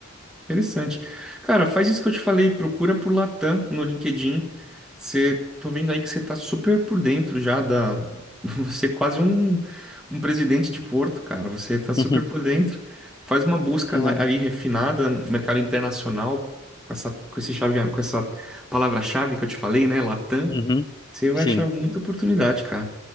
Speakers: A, in the centre; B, on the left.
A: Interessante. Cara, faz isso que eu te falei, procura por Latam no LinkedIn. Você, tô vendo aí que você tá super por dentro já da. <laughs> Você é quase um, um presidente de Porto, cara. Você tá super
B: Uhum.
A: por dentro. Faz uma busca
B: Não.
A: lá- ali refinada no mercado internacional, com essa, com esse chave, com essa palavra-chave que eu te falei, né? Latam.
B: Uhum.
A: Você vai
B: Sim.
A: achar muita oportunidade, cara.